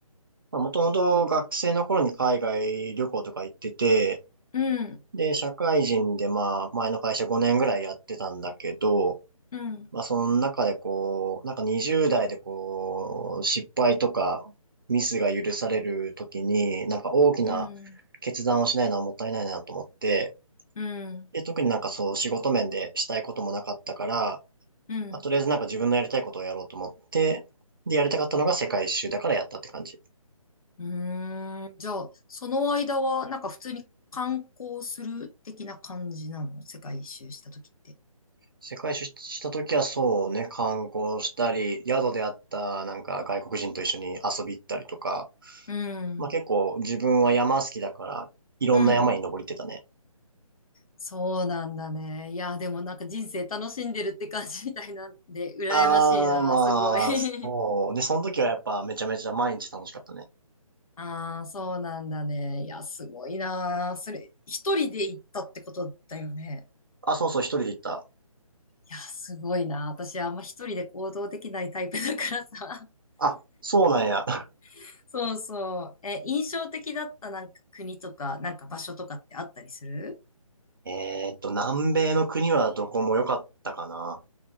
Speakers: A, on the right; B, on the left.
A: もともと学生の頃に海外旅行とか行ってて、
B: うん、
A: で、社会人でまあ、前の会社5年ぐらいやってたんだけど、
B: うん、
A: まあ、その中でこう、なんか20代でこう、失敗とかミスが許されるときに、なんか大きな決断をしないのはもったいないなと思って、
B: うん、うん、
A: で、特になんかそう、仕事面でしたいこともなかったから、
B: うん。
A: まあ、とりあえずなんか自分のやりたいことをやろうと思って、で、やりたかったのが世界一周だからやったって感じ。
B: うーん。じゃあ、その間は、なんか普通に観光する的な感じなの世界一周した時って。
A: 世界出張した時はそうね、観光したり、宿であったなんか外国人と一緒に遊び行ったりとか、
B: うん、
A: まあ結構自分は山好きだから、いろんな山に登りってたね。
B: うん。そうなんだね。いや、でもなんか人生楽しんでるって感じみたいなんで、羨ましいな、
A: ああ、まあ、
B: すごい。<laughs>
A: そう。で、その時はやっぱめちゃめちゃ毎日楽しかったね。
B: ああ、そうなんだね。いや、すごいなー。それ、一人で行ったってことだよね。
A: あ、そうそう、一人で行った。
B: いや、すごいな。私、あんま一人で行動できないタイプだからさ。
A: あ、そうなんや。
B: <laughs> そうそう。え、印象的だったなんか国とか、なんか場所とかってあったりする
A: <laughs> えーっと、南米の国はどこも良かったかな。